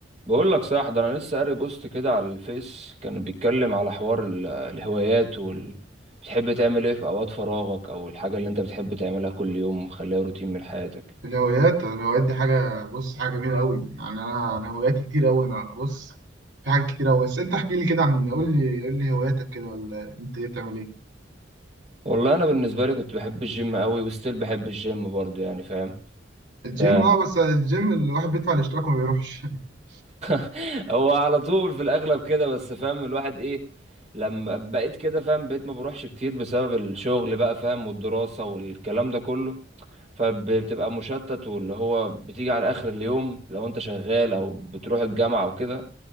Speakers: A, on the right; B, on the right.
A: بقول لك صح ده انا لسه قاري بوست كده على الفيس كانوا بيتكلم على حوار ال- الهوايات وال... بتحب تعمل ايه في اوقات فراغك او الحاجه اللي انت بتحب تعملها كل يوم مخليها روتين من حياتك
B: الهوايات الهوايات دي حاجة بص حاجة جميلة قوي يعني أنا أنا هواياتي كتير قوي أنا بص في حاجات كتير قوي بس أنت احكي لي كده عن قول لي قول لي هواياتك كده ولا أنت إيه بتعمل إيه؟
A: والله انا بالنسبه لي كنت بحب الجيم قوي وستيل بحب الجيم برضه يعني فاهم
B: الجيم
A: ب...
B: أه بس الجيم الواحد بيدفع الاشتراك وما بيروحش <laughs>
A: <laughs> هو على طول في الاغلب كده بس فاهم الواحد ايه لما بقيت كده فاهم بقيت ما بروحش كتير بسبب الشغل بقى فاهم والدراسه والكلام ده كله فبتبقى مشتت واللي هو بتيجي على اخر اليوم لو انت شغال او بتروح الجامعة او كده